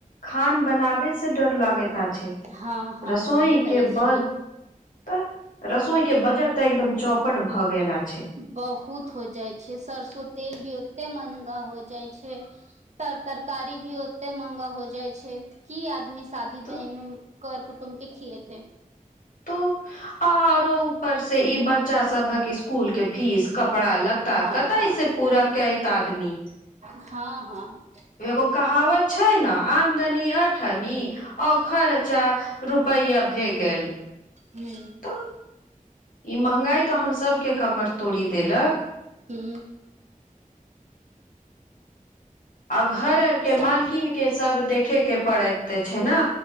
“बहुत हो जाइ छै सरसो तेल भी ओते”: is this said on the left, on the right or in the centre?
Right